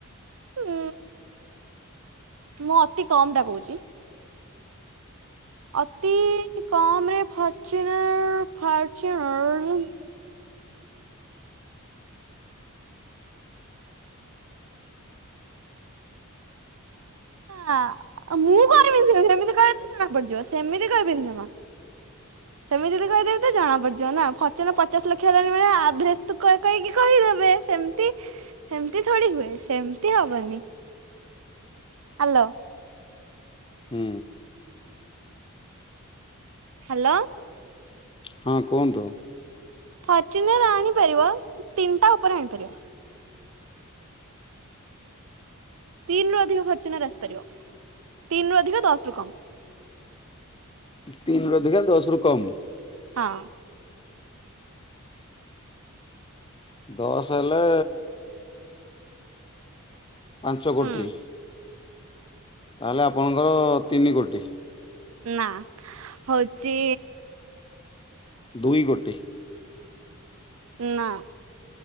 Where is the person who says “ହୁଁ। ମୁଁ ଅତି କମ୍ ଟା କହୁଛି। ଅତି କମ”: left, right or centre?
Right